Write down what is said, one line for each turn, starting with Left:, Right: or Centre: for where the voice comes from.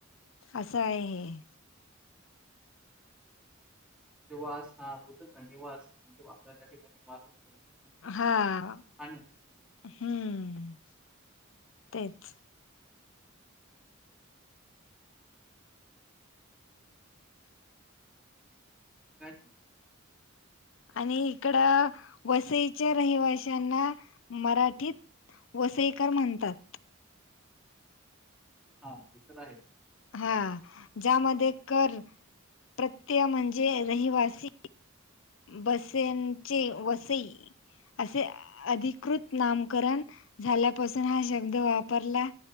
Left: असं आहे हे.
Centre: वास हा बतच निवास म्हणजे आपला ज्या ठिकाणी निवास असतो. म्हणजे
Left: हा
Centre: खाणं हं,
Left: हुं तेच
Centre: काय सांगा
Left: आणि इकड वसईच्या रहिवाशांना मराठीत वसईकर म्हणतात
Centre: हा ते तर तर आहेच
Left: हा ज्यामध्ये कर प्रत्यय म्हणजे रहिवासी बसेंचे वसई असे अधिकृत नामकरण झाल्यापासून हा शब्द वापरला